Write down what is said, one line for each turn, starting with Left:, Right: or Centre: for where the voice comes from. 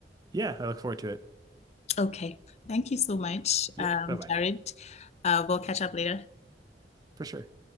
Right: Yeah, I look forward to it.
Left: Okay. Thank you so much,
Right: Thanks. Yeah,
Left: um,
Right: bye-bye.
Left: Jared. Uh, we'll catch up later.
Right: For sure.